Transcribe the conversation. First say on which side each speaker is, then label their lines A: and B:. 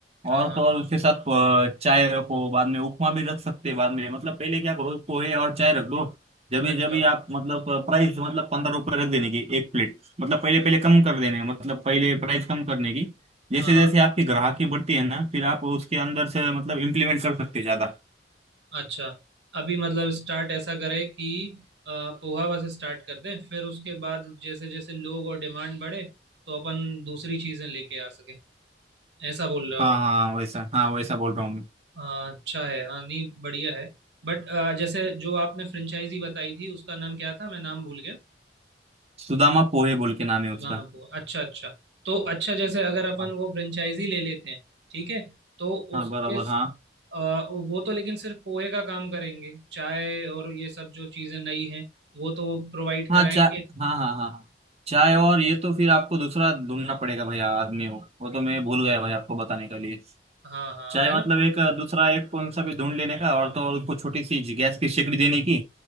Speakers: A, on the right; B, on the right.
A: और
B: हाँ हाँ
A: तो और उसके साथ अ, चाय रखो बाद में उपमा भी रख सकते हैं बाद में मतलब पहले क्या करो पोहे और चाय रख दो जब भी
B: अच्छा
A: जब भी आप मतलब प्राइस मतलब पंद्रह रुपए रख देने की एक प्लेट मतलब पहले पहले कम कर देने मतलब पहले प्राइस कम करने की जैसे
B: हाँ हाँ
A: जैसे आपकी ग्राहकी बढ़ती है ना फिर आप उसके अंदर से मतलब इम्प्लीमेंट कर सकते हैं ज्यादा
B: अच्छा अभी मतलब स्टार्ट ऐसा करें कि अ, पोहा बस स्टार्ट कर दें फिर उसके बाद जैसे जैसे लोग और डिमांड बढ़े तो अपन दूसरी चीजें लेके आ सके ऐसा बोल रहे हो
A: हाँ
B: आप
A: हाँ वैसा हाँ वैसा बोल रहा हूँ मैं
B: हाँ अच्छा है हाँ नहीं बढ़िया है बट आ, जैसे जो आपने फ्रेंचाइजी बताई थी उसका नाम क्या था मैं नाम भूल गया
A: सुदामा पोहे बोल के नाम है
B: तो
A: उसका
B: नाम आपको अच्छा अच्छा तो अच्छा जैसे अगर अपन
A: हाँ
B: वो फ्रेंचाइजी ले लेते हैं ठीक है तो
A: हाँ,
B: उसके
A: बराबर हाँ
B: आ, वो तो लेकिन सिर्फ पोहे का काम करेंगे चाय और ये सब जो चीज़ें नई हैं वो तो प्रोवाइड
A: हाँ
B: कराएंगे
A: चाय हाँ हाँ हाँ चाय और ये तो फिर आपको दूसरा ढूंढना पड़ेगा भैया आदमी हो वो तो मैं भूल गया भाई आपको बताने के लिए
B: हाँ हाँ
A: चाय
B: है ना
A: मतलब एक दूसरा एक कौन सा भी ढूंढ लेने का और तो और उसको छोटी सी गैस की सिकड़ी देने की